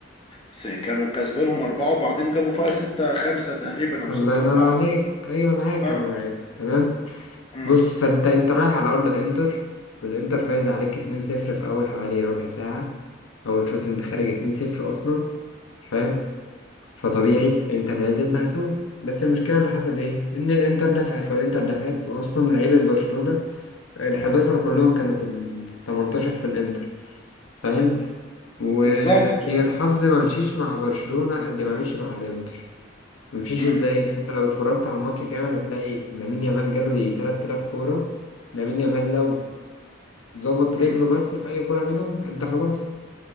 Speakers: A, on the left; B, on the left.
A: س- كانوا كسبانهم أربعة وبعدين جابوا فيها ستة خمسة تقريبا أو
B: الله
A: ستة
B: ينور
A: أربعة
B: عليك ايوه معاك
A: اه
B: انا معاك تمام
A: مم.
B: بص فانت انت رايح على ارض الانتر والانتر فايز عليك 2-0 في اول حوالي ربع ساعه اول شوط انت خارج 2-0 اصلا فاهم فطبيعي انت نازل مهزوز بس المشكله اللي حصل ايه ان الانتر دفعت والانتر دفعت واصلا لعيبه برشلونه ال 11 كلهم كانوا في ال 18 في الانتر فاهم وهي
A: بالظبط
B: الحظ ما مشيش مع برشلونه قد ما مشي مع الانتر ممشيش
A: مم.
B: ازاي انت لو اتفرجت على الماتش كامل هتلاقي لامين يامال جاله يجي 3000 كورة لامين يامال لو ظبط رجله
A: مم.
B: بس في اي كورة منهم انت خلاص